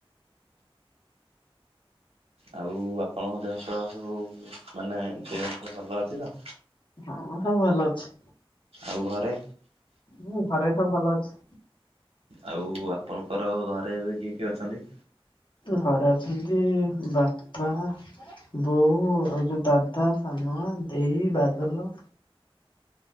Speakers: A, on the right; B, on the left.
A: ଆଉ ଆପଣଙ୍କ ଦେହ ପାହା ସବୁ ମାନେ ଦେହ ସବୁ ଭଲ ଅଛି ତ।
B: ହଁ ସବୁ ଭଲ ଅଛି।
A: ଆଉ ଘରେ।
B: ହଁ ଘରେ ସବୁ ଭଲ ଅଛି।
A: ଆଉ ଆପଣଙ୍କର ଘରେ ଏବେ କିଏ କିଏ ଅଛନ୍ତି?
B: ଘରେ ଅଛନ୍ତି ବାପା ବୋଉ ଆଉ ଯୋଉ ଦାଦା, ସାନ ମା, ଦେଇ, ବାଦଲ।